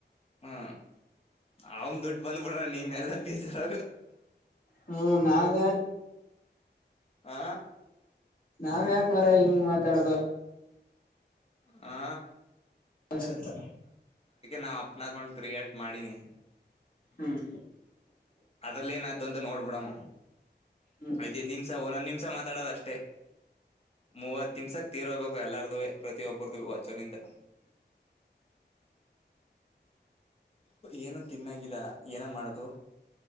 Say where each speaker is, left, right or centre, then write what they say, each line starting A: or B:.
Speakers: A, on the left; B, on the left.
A: ಹ್ಮ ಅವನ್ ದುಡ್ ಬಂದ್ಬಿಡ್ರ ನೀಮ್ಮ ಎಲ್ಲ ಬೇಜಾರ
B: ಹ್ಮ ನಾವ್ಯಕ್
A: ಹಾ
B: ನಾವ್ ಯಾ ಮರ ಹಿಂಗ್ ಮಾತಾಡ್ದು
A: ಹಾ
B: ಅ ಸುತ್ತ
A: ನಾವ್ ಅಪ್ನ ಅಕೌಂಟ್ ಕ್ರಿಯೇಟ್ ಮಾಡೀನಿ
B: ಹ್ಮ <unintelligible> ಹ್ಮ್
A: ಅದ್ರಲ್ಲಿ ಏನಾಯ್ತು ಅಂತ ನೋಡ್ಬಿಡಮ್ಮ
B: ಹ್ಮ್
A: ಐ್ತ ಐತ್ ನಿಮ್ಸ ಒಂದ್ ನಿಮಿಷ ಮಾತಾಡೋದ ಅಷ್ಟೇ ಮೂವತ್ತು ನಿಮ್ಸಕ್ ತೀರಹೋಗ್ಬೇಕು ಎಲ್ಲಾರದು ಪ್ರತಿ ಒಬ್ಬರು ದು ಅಚರಿಂದ ಏನು ತಿನ್ನಾಗಿಲ್ಲ ಏನ ಮಾಡ್ದು